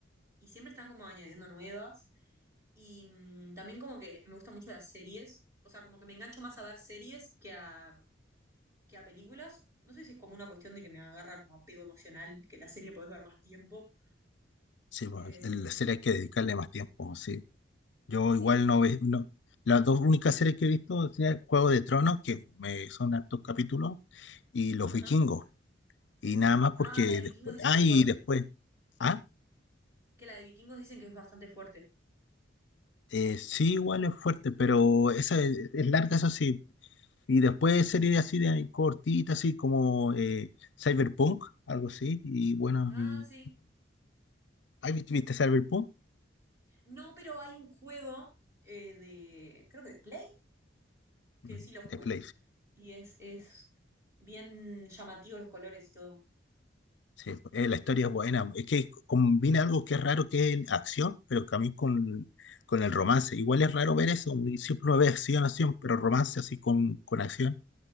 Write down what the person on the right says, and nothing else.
y siempre están como añadiendo nuevas. Y mm, también como que me gustan mucho las series, o sea, como que me engancho más a ver series que a, que a películas. No sé si es como una cuestión de que me agarra como apego emocional, que la serie podés ver más tiempo.
Eh,
sí,
ajá.
Ah, la de Vikingos
dicen
que es
fuerte,
que la de Vikingos dicen que es bastante fuerte.
Ah,
sí.
No, pero hay un juego eh, de, creo que de Play, que
sí lo jugué.
Y es, es bien llamativo los colores y todo.